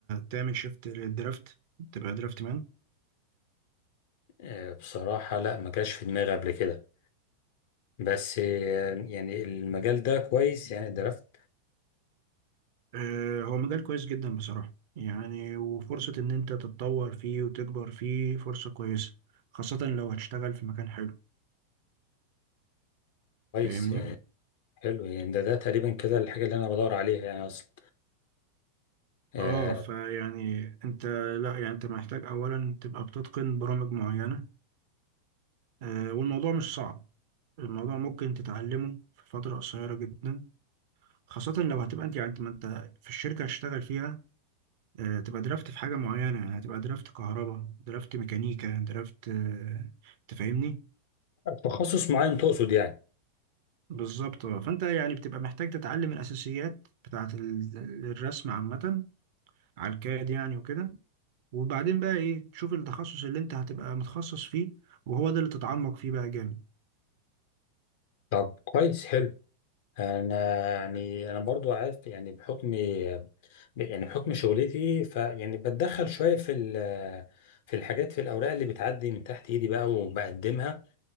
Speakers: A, on the right; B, on the left.
A: تعمل شيفت للدرافت تبقى درافت مان
B: آه، بصراحه لا ما جاش في دماغي قبل كده بس آه، يعني المجال ده كويس يعني درافت
A: آه، هو مجال كويس جدا بصراحة يعني وفرصة ان انت تتطور فيه وتكبر فيه فرصة كويسة خاصة لو هتشتغل في مكان حلو
B: كويس
A: فاهمني
B: يعني حلو يعني ده ده تقريبا كده الحاجة اللي أنا بدور عليها يعني أصلا آه،
A: اه فيعني انت لا يعني انت محتاج اولا تبقى بتتقن برامج معينة آه، والموضوع مش صعب الموضوع ممكن تتعلمه في فترة قصيرة جدا خاصة لو هتبقى انت يعني انت ما انت في الشركة هتشتغل فيها آه، تبقى درافت في حاجة معينة يعني هتبقى درافت كهرباء درافت ميكانيكا درافت آه، تفهمني
B: تخصص معين تقصد يعني
A: بالظبط آه. فانت يعني بتبقى محتاج تتعلم الأساسيات بتاعة ال- الرسم عامة على الكاد يعني وكده وبعدين بقى ايه تشوف التخصص اللي انت هتبقى متخصص فيه وهو ده اللي تتعمق فيه بقى جامد
B: طب كويس حلو أنا يعني أنا برضو عارف يعني بحكم يعني بحكم شغلتي فيعني بتدخل شوية في ال- في الحاجات في الأوراق اللي بتعدي من تحت إيدي بقى وبقدمها